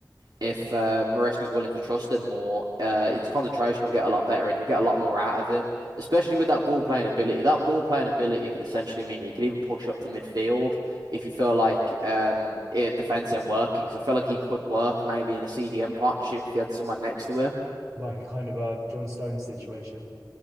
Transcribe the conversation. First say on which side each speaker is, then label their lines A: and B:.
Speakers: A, on the right; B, on the right.
A: if uh, Maresca's willing to trust him more, uh, his concentration will get a lot better and you'll get a lot more out of him, especially with that ball playing ability. That ball playing ability could essentially mean he could even push up to midfield if you feel like um, it, defense ain't working. Because I feel like he could work maybe in a CDM partnership if he had someone next to him.
B: Like a kind of a John Stones situation.